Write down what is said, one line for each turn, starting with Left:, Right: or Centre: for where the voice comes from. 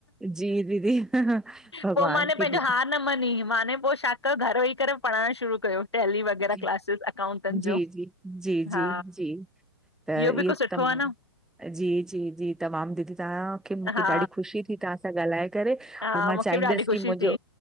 Centre: जी दीदी भॻवान
Left: पोइ माने
Centre: खे
Left: पंहिंजो
Centre: दीदी
Left: हार न मनी, माने पो छा कयो घर वेही करे पढ़ाइण शुरू कयो, टैेली वग़ैरह
Centre: जी
Left: क्लासिस अकाउंटेंट
Centre: जी,
Left: जो
Centre: जी जी,
Left: हा
Centre: जी, त इहे
Left: इहो बि हिकु सुठो
Centre: त मा
Left: आ न
Centre: जी जी जी तमामु दीदी, तव्हांखे मूंखे,
Left: हा
Centre: ॾाढी ख़ुशी थी, तां सां ॻाल्हाए। करे
Left: हा
Centre: मां
Left: मूंखे
Centre: चाहींदस
Left: बि ॾाढी ख़ुशी
Centre: की मुंहिंजो,
Left: थी